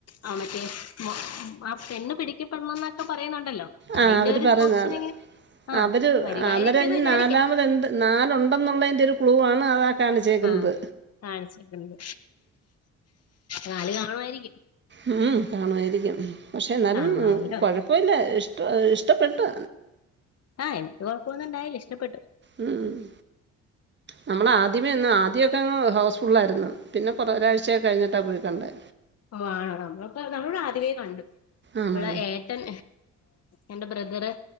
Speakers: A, on the left; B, on the right.
A: ആ മറ്റേ ആ പെണ്ണ് പിടിക്കപ്പെടണം എന്നൊക്കെ പറയുന്നുണ്ടല്ലോ?
B: ആഹ്
A: അതിന്റെ
B: അവര്
A: ഒരു
B: പറയുന്ന
A: പൊസിഷൻ
B: അത്
A: ഇങ്ങനെ ആഹ്
B: അവര്
A: വരുവായിരിക്കുംന്ന്
B: അന്നേരം ഇന്
A: വിചാരിക്കാം
B: നാലാമത്എന്ത് നാലുണ്ടെന്നുള്ളതിൻ്റെ ഒരു ക്ലൂ ആണ് അതാ കാണിച്ചേക്കുന്നത്.
A: ആഹ് കാണിച്ചേക്കുന്നത്. നാലു കാണുമായിരിക്കും.
B: മം കാണുമായിരിക്കും. പക്ഷെ എന്നാലും
A: കാണണമല്ലോ
B: കുഴപ്പമില്ല ഇഷ്ട ഇഷ്ടപ്പെട്ട്.
A: അഹ് എനിക്ക് കുഴപ്പൊന്നുണ്ടായില ഇഷ്ടപ്പെട്ടു.
B: ഉം ഉം ഉം നമ്മള് ആദ്യമേ ഇന്ന് ആദ്യമൊക്കെ അങ്ങ് ഹൗസ്ഫുള്ളായിരുന്നു. പിന്നെ കുറ ഒരാഴ്ച ഒക്കെ കഴിഞ്ഞിട്ടാണ് പോയികണ്ടേ
A: ഓ ആണോ? നമ്മളക്ക നമ്മള് ഇവിടെ ആദ്യമേ കണ്ടു.
B: ആണോ
A: ഇവിടെ ഏ ട്ടൻ, എന്റെ ബ്രദറ്,